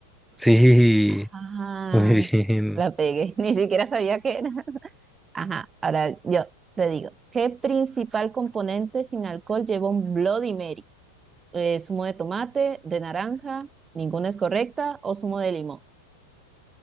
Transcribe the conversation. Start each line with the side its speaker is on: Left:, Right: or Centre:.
Centre: Sí.
Right: Ajá,
Centre: <laughs> Muy bien.
Right: la pegué, <laughs> ni siquiera sabía qué era. Ajá, ahora yo te digo, ¿qué principal componente sin alcohol lleva un Bloody Mary? Eh, ¿zumo de tomate, de naranja, ninguna es correcta, o zumo de limón?